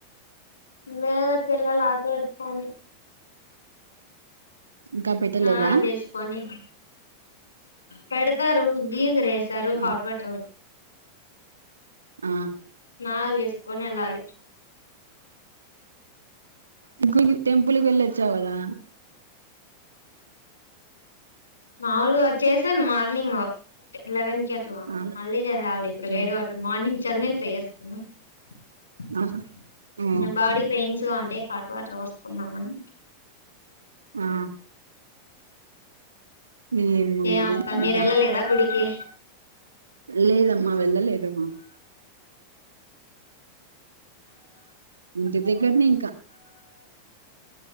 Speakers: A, on the left; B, on the right.
A: లేదు తినాలా అట్లు వేసుకొని
B: ఇంకా పెట్టలేదా
A: స్నానాలు చేషకోని పెడతారు గీజర్ ఏ సారు హాట్
B: ఆ
A: వాటర్
B: ఆ
A: స్నానాలు చేసుకొని వెళ్ళాలి
B: ఇ టెంపుల్కి వెళ్ళొచ్చా కదా
A: మామూలుగా చేశాను మార్నింగ్ లెవెన్ కి ఇట్లా
B: ఆ
A: మళ్ళీ చేళ్ు ఇప్పుడు
B: ఆ
A: వేడి వాటర్ మార్నింగ్ చల్ళ్ళ చేసుకున్నా
B: ఆ. ఆ
A: బాడీ పెయిన్స్ అంటే హాట్ వాటర్ పోస్తుకున్నామని
B: ఆ ఏమోమరి
A: ఏ అక్క
B: ఇంకా
A: మీరు వెళ్ళలేదా గుడికి
B: లేదమ్మా వెళ్ళలేదమ్మా ఇంటి దగ్గరని ఇంకా